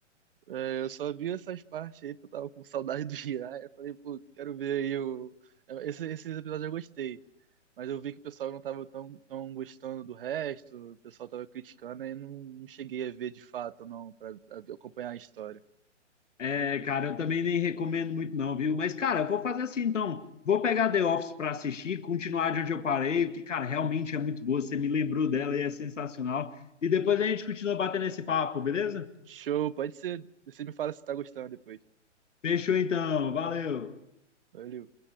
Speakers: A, on the right (about 50°); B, on the left (about 80°).
A: É, Eu só vi essas partes aí porque eu tava com saudade do Jiraiya. Eu falei, pô, quero ver aí o. Esse, esses episódios eu gostei. Mas eu vi que o pessoal não tava tão, tão gostando do resto, o pessoal tava criticando e não, não cheguei a ver de fato, não, pra, pra acompanhar a história.
B: É, cara, eu também nem recomendo muito não, viu? Mas, cara, eu vou fazer assim então. Vou pegar The Office pra assistir, continuar de onde eu parei, porque, cara, realmente é muito boa. Você me lembrou dela e é sensacional. E depois a gente continua batendo esse papo, beleza?
A: Show, pode ser. Você me fala se tá gostando depois.
B: Fechou então, valeu.
A: Valeu.